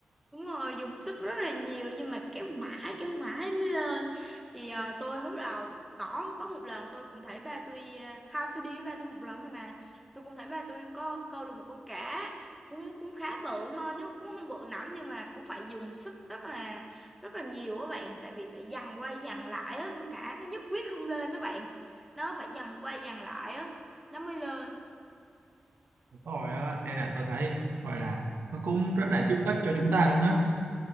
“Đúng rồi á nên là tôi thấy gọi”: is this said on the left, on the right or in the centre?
Right